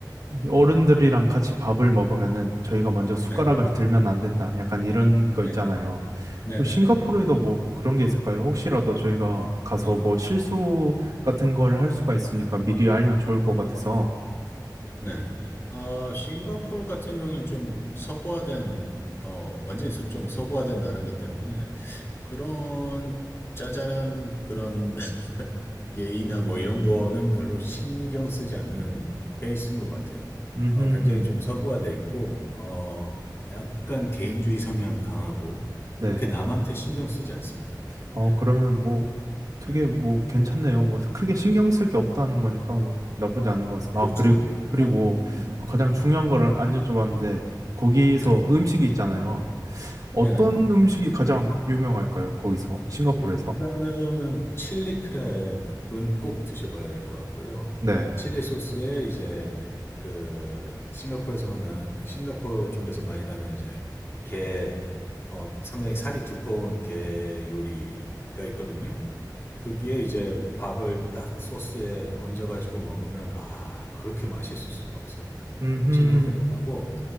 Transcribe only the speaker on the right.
이 어른들이랑
같이 밥을 먹으면은 저희가 먼저 숟가락을
들면 안 된다. 약간 이런
거 있잖아요.
뭐 싱가포르에도
뭐 그런 게 있을까요? 혹시라도 저희가 가서
뭐 실수 같은 걸 할 수가 있으니까 미리 알면 좋을 것 같아서.
음,
네.
어,
그러면 뭐 되게
뭐 괜찮네요. 뭐 크게 신경 쓸 게 없다는 거니까 뭐 나쁘지 않은 것 같습니다.
아, 그리고 그리고
가장
중요한 거를 안 여쭤봤는데 거기서
음식이 있잖아요. 어떤
음식이 가장 유명할까요? 거기서 싱가포르에서?
네.
음.